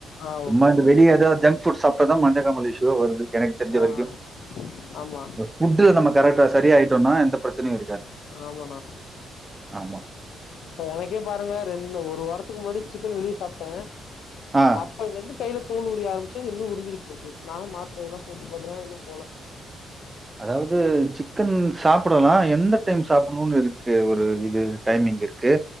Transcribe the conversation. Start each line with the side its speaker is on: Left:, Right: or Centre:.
Left: ஆ
Right: சும்மா
Left: ஓகே
Right: இந்த
Left: ஓகே
Right: வெ வெளிய ஏதா ஜங்க் புட் சாப்டாதா மஞ்ச காமாலை இஸ்யூ ஏதோ வருது எனக்கு தெரிஞ்ச
Left: ஆ
Right: வரைக்கு
Left: ஆ. ஆமா
Right: ஒரு ஃபுட் நம்ம கரெக்டா சரியா ஆயிட்டோம்னா எந்த பிரச்சனையும் இருக்காது.
Left: ஆமாண்ணா
Right: ஆமா.
Left: இப்ப எனக்கே பாருங்க ரெண்டு ஒரு வாரத்துக்கு முன்னாடி சிக்கன் வெளியே சாப்ட
Right: ஆ
Left: அப்பலைருந்து கையில தோல் உரி ஆரம்பிச்சது இன்னு உரிஞ்சுட்டு இருக்கு நானு மாத்திர இதெல்ல போட்டு பாத்துட்ட இன்னு போல
Right: அதாது சிக்கன் சாப்புடலா எந்த டைம் சாப்புட்ணும்னு இருக்கு ஒரு ஒரு இது டைமிங் இருக்கு